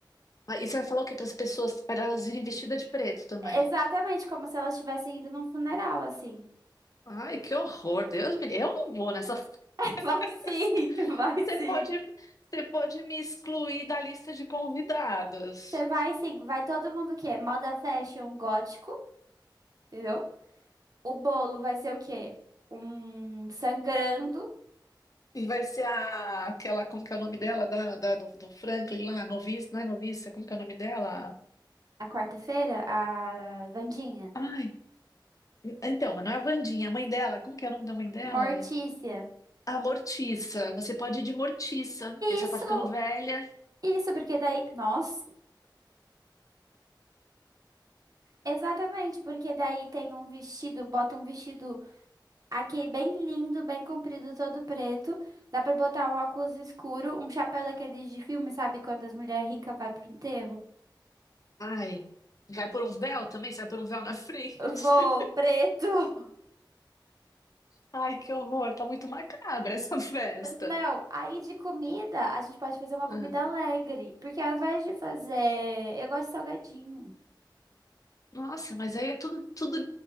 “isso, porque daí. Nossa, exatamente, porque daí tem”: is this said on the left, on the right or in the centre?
Right